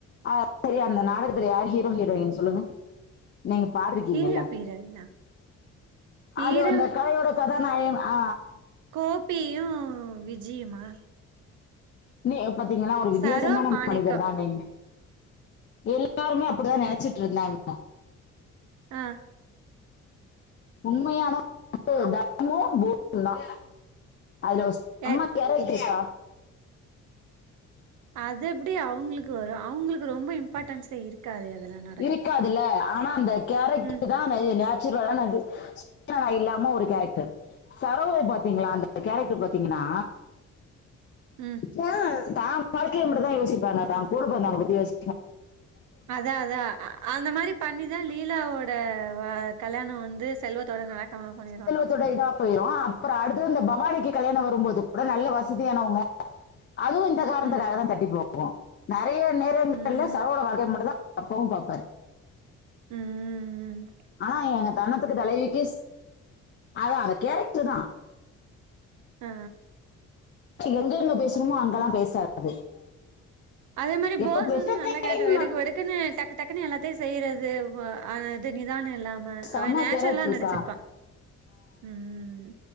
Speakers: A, on the left; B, on the right.
A: ஆ சரி அந்த நாடகத்துல யார் ஹீரோ ஹீரோயின் சொல்லுங்க நீங்க பாத்துருக்கீங்கல்ல
B: ஹீரோ ஹீரோயினா ஹீரோ
A: அது அந்த கதயோட கதாநாயகன் ஆ
B: கோப்பியும் விஜியுமா
A: நீ பாத்தீங்கன்னா ஒரு வித்தியாசமான
B: சரோ மாணிக்கம்
A: மனிதர் தானே எல்லாருமே அப்டி அப்டிதான் நெனச்சிட்டு இருந்தாங்க
B: அ
A: உண்மயான <unintelligible>
B: எ
A: ஏற விட்டுருச்சா
B: அது எப்டி அவங்களுக்கு வரும் அவங்களுக்கு ரொம்ப இம்பாட்டன்ஸே இருக் காதே அதுலல்லா
A: இருக்காதுல்ல ஆனா அந்த கேரக்டர்
B: ம்
A: தா அது நேச்சுரலான அது ஸ்டிரிக்டான இல்லாம ஒரு கேரக்டர் சரோவ பாத்தீங்களா அந்த கேரட்டர் பாத்தீங்கன்னா
B: ம்
A: ஏ தா வாழ்க்கைய மட்டுதா யோசிப்பாளா தா கூடப்பொரந்தவளப்பத்தி யோசிக்க
B: அதா அதா அந்த மாதிரி பண்ணிதா லீலாவோட வா கல்யாணோ வந்து செல்வத்தோட நடக்காம பண்ணிடுவா
A: இப்ப இதா பொயிரு அப்றோ அடுத்து இந்த பவானிக்கு
B: ம்
A: கல்யாணோ வரும்போது கூட நல்ல வசதியானவங்க அதுவு இந்த காரணத்துக்காகதா
B: ம்
A: தட்டி போகு நறைய நேரங்கள்ல
B: ம்
A: சரோவோட வாழ்க்கை மட்டுதா அப்பவு பாப்பாரு
B: ம் ம் ம்
A: ஆனா எங்க தணத்துக்கு தலைவிக்கு அதா அந்த கேரக்ட்ருதா
B: ஆ
A: எங்க எங்க பேசணுமோ அங்கல்லா
B: ம்
A: பேசாது
B: அதே மாதிரி
A: எப்ப
B: போஸ்
A: பேச
B: வந்து நல்லா
A: சரிம்மா
B: கேரக்ட்ரு வெடுக்கு வெடுக்குன்னு டக்கு டக்குன்னு எல்லாத்தியு செய்றது ஆனா இது நிதானோ இல்லாம
A: செம்ம
B: அவ நேச்சுரலா
A: கேரக்டர் இருக்கா
B: நடிச்சிருப்பா ம்